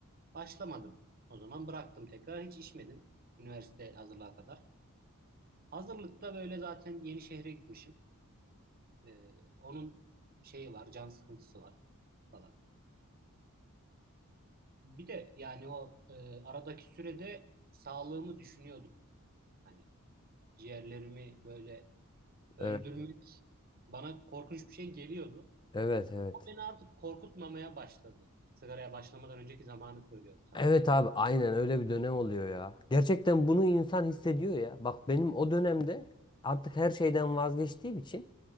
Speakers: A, on the right; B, on the left.
A: Başlamadım. O zaman bıraktım tekrar. Hiç içmedim. Üniversite hazırlığa kadar. Hazırlıkta böyle zaten yeni şehre gitmişim. E, onun şeyi var, can sıkıntısı var falan. Bir de yani o e, aradaki sürede sağlığımı düşünüyordum. Hani ciğerlerimi böyle öldürmek
B: Evet.
A: bana korkunç bir şey geliyordu.
B: Evet evet.
A: O beni artık korkutmamaya başladı. Sigaraya başlamadan önceki zamanı söylüyorum sana.
B: Evet abi aynen öyle bir dönem oluyor ya. Gerçekten bunu insan hissediyor ya. Bak benim o dönemde artık her şeyden vazgeçtiğim için